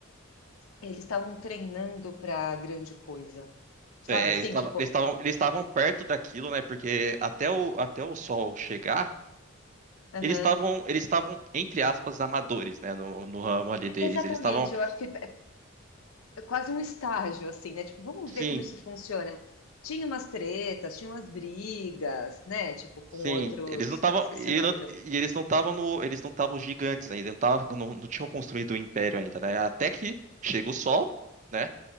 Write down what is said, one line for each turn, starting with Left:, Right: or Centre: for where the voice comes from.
Left: Eles estavam treinando pra grande coisa. Sabe
Right: É,
Left: assim,
Right: eles estavam
Left: tipo,
Right: eles estavam- eles estavam perto daquilo, né? Porque até o, até o sol chegar,
Left: aham.
Right: eles estavam, eles estavam, entre aspas, amadores, né? No, no ramo ali deles.
Left: Exatamente,
Right: Eles estavam.
Left: eu acho que é é quase um estágio, assim, né? Tipo, vamos
Right: Sim,
Left: ver como isso funciona. Tinha umas tretas, tinha umas brigas, né? Tipo, com
Right: sim.
Left: outros.
Right: Eles não estavam.
Left: Ah, esqueci
Right: E,
Left: o nome
Right: não-
Left: do.
Right: e eles não estavam no. Eles não estavam gigantes ainda. Não, tavam- não, não tinham construído o império ainda, né? Até que chega o sol, né?